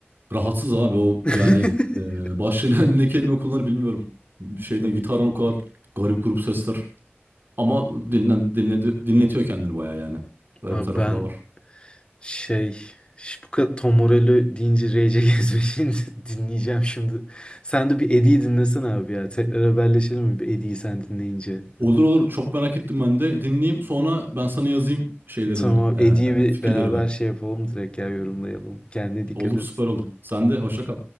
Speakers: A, on the right (about 55°); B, on the left (about 25°).
A: rahatsız abi o
B: <laughs>
A: yani e, başlığına <laughs> ne kelime kullanır bilmiyorum. Şeyden gitardan o kadar garip grup sesler. Ama dinlen, dinledi- dinletiyor kendini bayağı yani. Böyle
B: Abi
A: bir tarafı
B: ben
A: da var.
B: şey şu bu kadar Tom Morello deyince Rage Against the Machine'i <laughs> dinleyeceğim şimdi. Sen de bir Eddie'yi dinlesene abi ya. Tekrar haberleşelim mi bir Eddie'yi sen dinleyince.
A: Olur olur. Çok merak ettim ben de. Dinleyeyim. Sonra ben sana yazayım şeylerimi,
B: Tamam abi
A: e,
B: Eddie'yi bir
A: fikirlerimi.
B: beraber şey yapalım direkt ya yorumlayalım. Kendine dikkat
A: Olur,
B: et.
A: süper olur. Sen de hoşça kal.